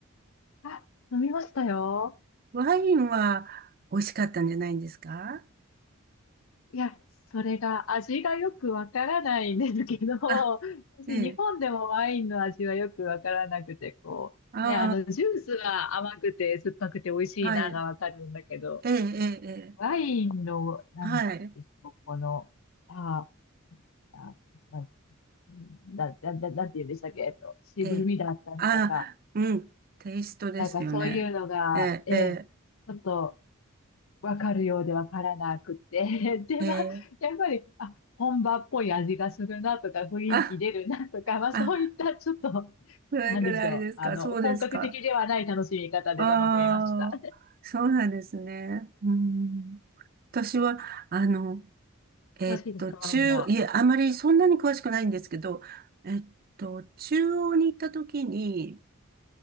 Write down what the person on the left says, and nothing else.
あ、飲みましたよ。
いや、それが味がよくわからないんですけど、
<laughs> 私日本でもワインの味はよくわからなくて、
こう、
ね、あの、ジュースは甘くて酸っぱくて美味しいながわかるんだけど、
ワインの、なんでしょう、
この、あ、あ、な、な、な、ななんて言うんでしたっけ、えっと、渋みだったりとか、
なんかそういうのが、
ええ、
ちょっと、わかるようでわからなくて。<laughs> で、
まあ、
やっぱり、あ、本場っぽい味がするなとか、雰囲気出るなとか、
まあ、
そういったちょっと、
なんでしょう。あの、本格的ではない楽しみ方で楽しみました。
詳しいですか、
ワインは。